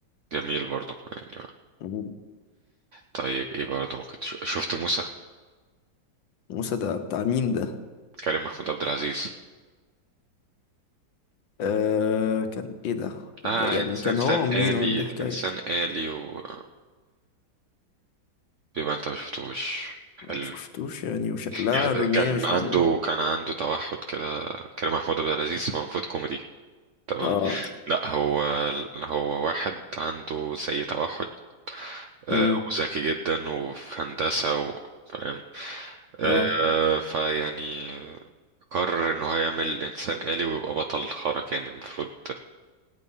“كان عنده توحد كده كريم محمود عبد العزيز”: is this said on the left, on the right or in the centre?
Right